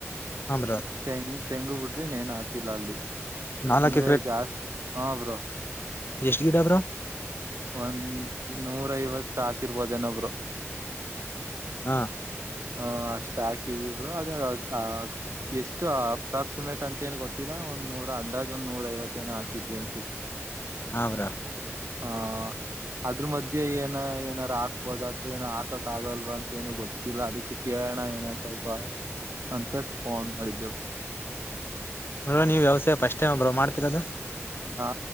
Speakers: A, on the left; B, on the right.
A: ಹಾ ಬ್ರೋ
B: ತೆಂಗ್ ತೆಂಗು ಬಿಟ್ರಿ ಇನೇನ್ ಹಾಕಿಲ್ಲ ಅಲ್ಲಿ.
A: ನಾಲ್ಕ್
B: ಅಂದ್ರೆ ಜಾ ಹ ಬ್ರೊ
A: ಎಷ್ಟು ಗಿಡ ಬ್ರೋ
B: ಒಂದ್ ನೂರ ಐವತ್ ಹಾಕಿರ್ಬೋದೇನೊ ಬ್ರೋ.
A: ಹ
B: ಹ ಅಷ್ಟ ಹಾಕಿದ್ವಿ ಬ್ರೋ ಅದು ಆ ಎಷ್ಟು ಅಪ್ರಾಕ್ಸಿಮೇಟ್ ಅಂತೇನ್ ಗೊತ್ತೀಲ್ಲ. ಒಂದ್ ನೂರ ಅಂದಾಜ್ ಒಂದ್ ನೂರೈವತ್ತೇನೋ ಹಾಕಿದ್ವಿ ಅನ್ಸುತ್.
A: ಹಾ ಬ್ರೋ
B: ಹಾ ಅದ್ರ ಮಧ್ಯೆ ಏನ ಏನಾರ ಹಾಕ್ಬೋದ ಅಥವಾ ಏನು ಹಾಕಕ್ ಆಗಲ್ವಾ ಅಂತ ಏನು ಗೊತ್ತಿಲ್ಲ ಅದುಕ್ಕೆ ಕೆ ಕಳಣ ಏನೋ ಸ್ವಲ್ಪ ಅಂತ ಫೋನ್ ಮಾಡಿದ್ದೆ ಬ್ರೋ.
A: ಬ್ರೋ ನೀವ್ ವ್ಯವಸಾಯ ಪಸ್ಟ್ ಟೈಮಾ ಬ್ರೋ ಮಾಡ್ತಿರದು.
B: ಹಾ